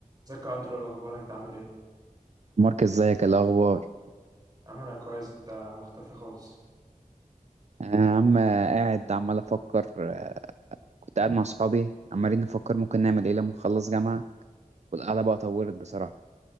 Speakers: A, on the right; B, on the right.
A: ازيك يا اندرو إيه الاخبار انت عامل ايه
B: مارك ازيك إيه الاخبار
A: عامل انا كويس انت مختفي خالص
B: انا يا عم قاعد عمال افكر آه، كنت قاعد مع صحابي عمالين نفكر ممكن نعمل ايه لما نخلص جامعه والقعده بقى طورت بصراحه